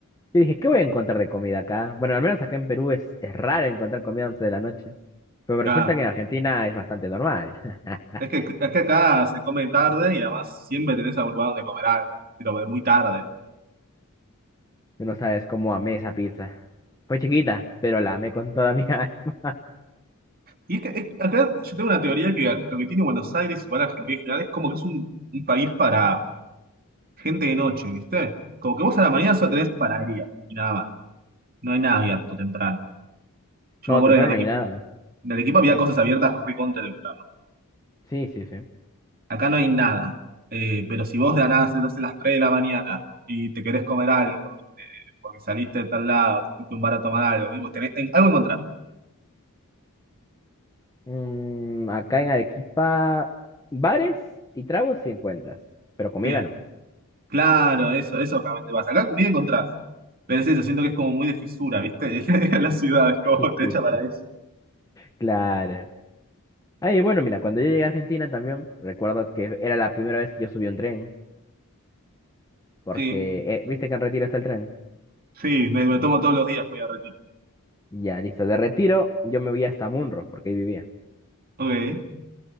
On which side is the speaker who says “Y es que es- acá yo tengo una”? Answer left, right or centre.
Right